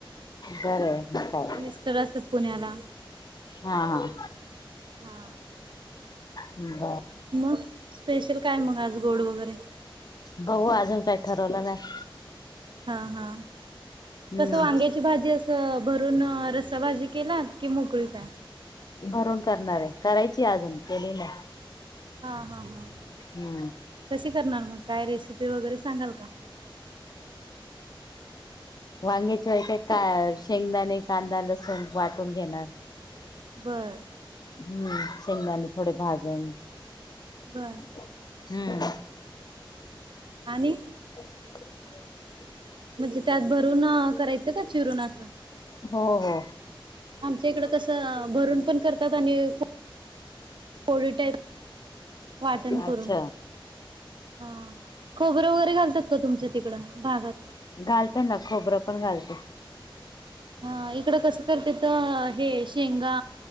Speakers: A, on the left (about 50°); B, on the right (about 60°).
A: बरं काय?
B: मिस्टर असतात पुण्याला
A: हा हां
B: हां
A: हम्म
B: मग स्पेशल काय मग आज गोड वगैरे?
A: बघू अजून काही ठरवलं नाही.
B: हा हा
A: हम्म
B: कस वांग्याची भाजी असते भरून रसाभजी केला की मोकळी काय.
A: भरून करणार आहे करायची अजून केली नाही.
B: हा हा हा
A: हम्म
B: तशी. करणार मग काय रेसिपी वगैरे सांगाल का?
A: वांग्याच्या काय का शेंगदाणे कांदा लस वाटून घेणार.
B: बरं
A: हा हा शेंगदाणे थोडे भाजून
B: बरं
A: हम्म
B: आणि
A: <inaudible>
B: म्हणजे त्यात भरून करायचं का चिरून असं.
A: हो हो
B: आमच्या इकडं कसं भरून पण करतात आणि पोळी टाईप वाटण करून
A: अच्छा
B: हा खोबरं वगैरे घालतात का तुमच्या तिकडं भागात
A: घालतं ना खोबरं पण घालते.
B: हा इकडं कसं करतेत हे शेंगा